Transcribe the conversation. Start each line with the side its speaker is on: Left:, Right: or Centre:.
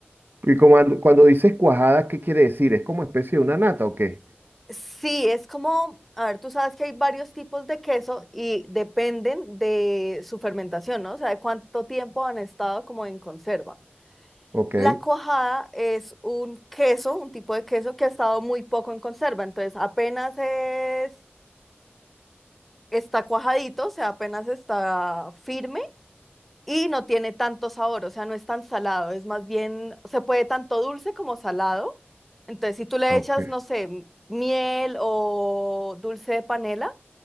Right: Y como cuando, cuando dices cuajada, ¿qué quiere decir? ¿Es como especie de una nata o qué?
Centre: Sí, es como, a ver, tú sabes que hay varios tipos de queso y dependen de su fermentación, ¿no? O sea, de cuánto tiempo han estado como en conserva.
Right: Ok,
Centre: La cuajada es un queso, un tipo de queso que ha estado muy poco en conserva, entonces apenas es, está cuajadito, o sea, apenas está firme y no tiene tanto sabor, o sea, no es tan salado, es más bien, se puede tanto dulce como salado, entonces si tú le
Right: ok.
Centre: echas, no sé, m- miel o dulce de panela,